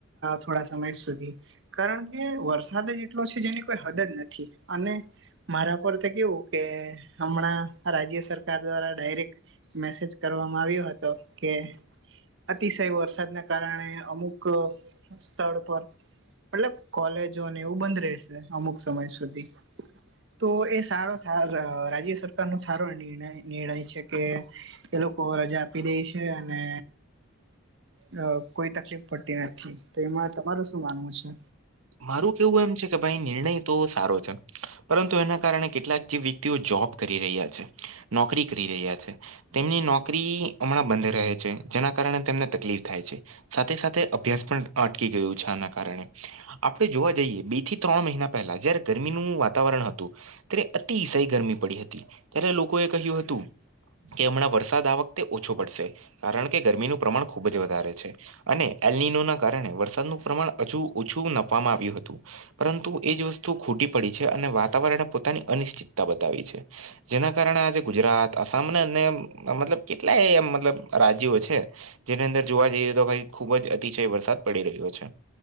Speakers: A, on the right; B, on the right.
A: થોડા સમય સુધી. કારણ કે વરસાદ જ એટલો છે જેની કોઈ હદ જ નથી અને મારા પર કેવું કે હમણાં રાજ્ય સરકાર દ્વારા ડાયરેક્ટ મેસેજ કરવામાં આવ્યો હતો કે અતિશય વરસાદના કારણે અમુક સ્થળ પર મતલબ કોલેજોને એવું બંધ રહેશે અમુક સમય સુધી તો એ સારો રાજ્ય સરકાર નો સારો નિર્ણ નિર્ણય છે કે એ લોકો રજા આપી દે છે અને અ કોઈ તકલીફ પડતી નથી તો એમાં તમારું શું માનવું છે?
B: મારું કેવું એમ છે કે ભાઈ નિર્ણય તો સારો છે. પરંતુ એના કારણે કેટલાક જે વ્યક્તિઓ જોબ કરી રહ્યા છે નોકરી કરી રહ્યા છે. તેમની નોકરી હમણાં બંધ રહે છે જેના કારણે તેમને તકલીફ થાય છે. સાથે સાથે અભ્યાસ પણ અટકી ગયુ છે આના કારણે આપણે જોવા જઈએ બે થી ત્રણ મહિના પહેલા જયારે ગરમીનું વાતાવરણ હતું ત્યારે અતિસઈ ગરમી પડી હતી ત્યારે લોકોએ કહ્યું હતું કે અમણાં વરસાદ આ વખતે ઓછો પડશે કારણ કે ગરમીનું પ્રમાણ ખુબ જ વધારે છે. અને એલનીનો ના કારણે વરસાદનું પ્રમાણ અજુ ઓછું <unintelligible> આવ્યું હતું. પરંતુ એ જ વસ્તુ ખૂટી પડી છે અને વાતાવરણે પોતાની અનિશ્ચિતતા બતાવી છે. જેના કારણે આજે ગુજરાત આસામ ને અને મતલબ કેટલાય મતલબ રાજ્યો છે જેની અંદર જોવા જઈએ તો ભાઈ ખુબ જ અતિશય વરસાદ પડી રહ્યો છે